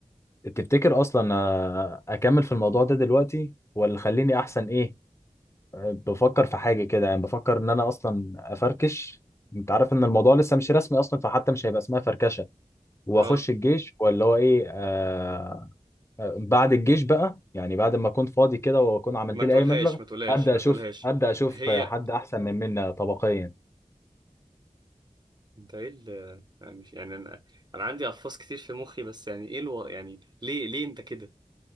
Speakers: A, on the left (about 20°); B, on the right (about 35°).
A: تفتكر اصلا آه، اكمل في الموضوع ده دلوقتي ولا خليني احسن ايه آه، بفكر في حاجه كده يعني بفكر ان انا اصلا افركش انت عارف ان الموضوع لسه مش رسمي اصلا فحتى مش هيبقى اسمها فركشه واخش
B: اه
A: الجيش ولا هو ايه آه، بعد الجيش بقى يعني بعد ما اكون فاضي كده واكون عملت
B: ما
A: لي
B: تقولهاش
A: اي مبلغ
B: ما تقولهاش
A: ابدا
B: ما
A: اشوف
B: تقولهاش
A: ابدا اشوف
B: هي
A: حد احسن من منا طبقيا
B: انت ايه ال... يعني مش يعني انا انا عندي الفاظ كتير في مخي بس يعني ايه الو... يعني ليه ليه انت كده